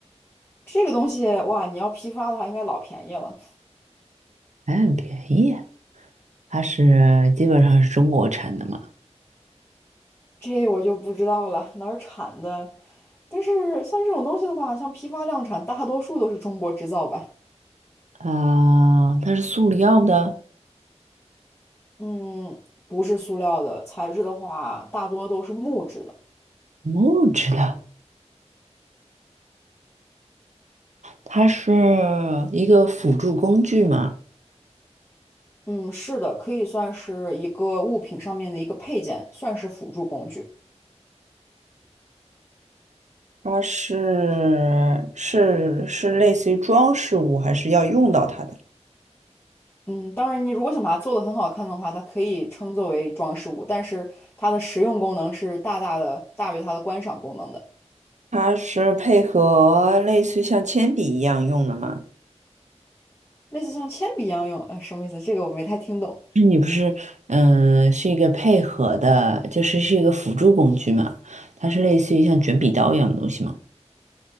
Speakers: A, on the left; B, on the right.
A: 这个东西哇，你要批发的话，应该老便宜了，
B: 还很便宜啊，它是基本上是中国产的嘛，
A: 这我就不知道了，哪儿产的？但是像这种东西的话，像批发量产，大多数都是中国制造吧。
B: 啊，它是塑料的，
A: 嗯，不是塑料的，材质的话，大多都是木质的。
B: 木质的，它是一个辅助工具嘛。
A: 嗯，是的，可以算是一个物品上面的一个配件，算是辅助工具。
B: 它是是是类似于装饰物，还是要用到它的？
A: 嗯，当然，你如果想把它做得很好看的话，它可以称作为装饰物，但是它的实用功能是大大的大于它的观赏功能的。
B: 它是配合类似于像铅笔一样用的吗？
A: 类似像铅笔一样用，呃，什么意思？这个我没太听懂。
B: 你不是，嗯，是一个配合的，就是是一个辅助工具嘛，它是类似于像卷笔刀一样的东西嘛。